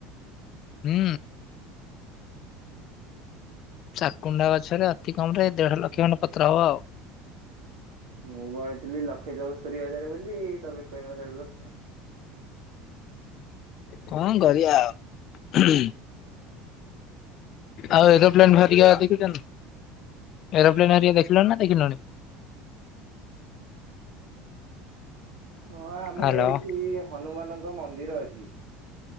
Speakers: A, on the left (about 35°); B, on the right (about 85°).
A: ହୁଁ। ଚାକୁଣ୍ଡା ଗଛରେ ଅତି କମ୍ ରେ ଦେଢ଼ ଲକ୍ଷ ଖଣ୍ଡେ ପତ୍ର ହବ ଆଉ।
B: ମୁଁ ଗଣିଥିଲି ଲକ୍ଷେ ଚଉସ୍ତରୀ ହଜାରେ ବୋଲି ତମେ କହିଲ ଦେଢ଼ ଲକ୍ଷ।
A: କଣ କରିଆ ଆଉ, ଆଉ ଏରୋପ୍ଲେନ୍ ବାହାରିଆ ଦେଖିଛନ୍ତି? ଏରୋପ୍ଲେନ ଭାରିଆ ଦେଖିଲ ନା ଦେଖିଲଣି?
B: ହଁ ଆମର
A: ହ୍ୟାଲୋ
B: ଏଇଠି ହନୁମାନଙ୍କ ମନ୍ଦିର ଅଛି।